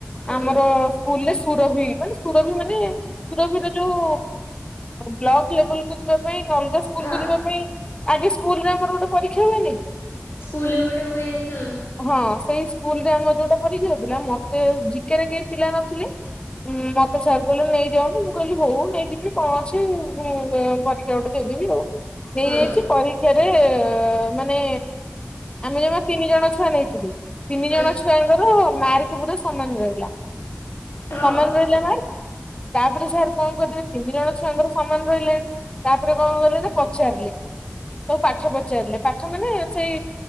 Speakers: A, on the left; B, on the left.
A: ହୁଁ।
B: ଆମର। ସ୍କୁଲରେ ସୁରଭି ମାନେ ସୁରଭି ମାନେ ସୁରଭି ର ଯୋଉ ବ୍ଲକ ଲେବୁଲ। ଯିବା ପାଇଁ ଅଲଗା ସ୍କୁଲ
A: ହଁ
B: କୁ ଯିବା ପାଇଁ ଆଗେ ସ୍କୁଲରେ ଆମର ଗୋଟେ ପରୀକ୍ଷା ହୁଏନି କି?
A: ସ୍କୁଲ ରେ ଗୋଟେ ହୁଏ। ହୁଁ।
B: ହଁ, ସେଇ ସ୍କୁଲ ରେ ଆମର ଯୋଉଟା ପରୀକ୍ଷା ହଉଥିଲା, ମତେ ଜିକେରେ କେହି ପିଲା ନଥିଲେ। ହୁଁ, ମତେ ସାର୍ କହିଲେ ନେଇଯାଉନୁ ମୁଁ କହିଲି ହଉ ନେଇଯିବି କଣ ଅଛି। ମୁଁ ପରୀକ୍ଷା ଗୋଟେ ଦେଇଦେବି ଆଉ। ନେଇଯାଇଚି
A: ହୁଁ
B: ପରୀକ୍ଷା। ଫେରେ ମାନେ ଆମେ ଜମା ତିନି ଜଣ ଅଛୁ। ଛୁଆ ନେଇଥିଲି। ତିନି
A: ହୁଁ
B: ଜଣ ଛୁଆଙ୍କର ମାର୍କ ପୁରା ସମାନ ରହିଲା।
A: ହଁ
B: ସମାନ ରହିଲା ମାନେ ତାପରେ ସାର କଣ କରିବେ ତିନି ଜଣ ଛୁଆଙ୍କର। ସମାନ ରହିଲାନି ତାପରେ କଣ କଲେ ନା ପଚାରିଲେ ସବୁ ପାଠ ପଚାରିଲେ। ପାଠ ମାନେ ସେଇ